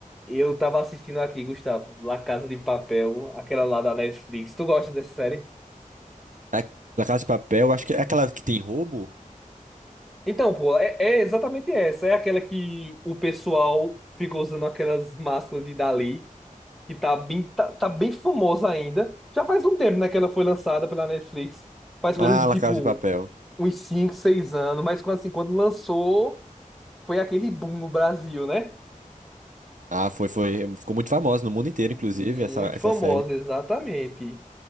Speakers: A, in the centre; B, on the right.
A: Eu tava assistindo aqui, Gustavo, La Casa de Papel, aquela lá da Netflix. Tu gosta dessa série?
B: É La Casa de Papel, acho que é aquela que tem roubo?
A: Então, pô, é, é exatamente essa. É aquela que o pessoal ficou usando aquelas máscaras de Dali, que tá bem, tá, tá bem famosa ainda. Já faz um tempo, né, que ela foi lançada pela Netflix. Faz coisa
B: Ah,
A: de tipo
B: La Casa de Papel.
A: uns 5, 6 anos, mas quando, assim, quando lançou, foi aquele boom no Brasil, né?
B: Ah, foi, foi. Ficou muito famosa no mundo inteiro,
A: Muito
B: inclusive, essa, essa
A: famosa,
B: série.
A: exatamente.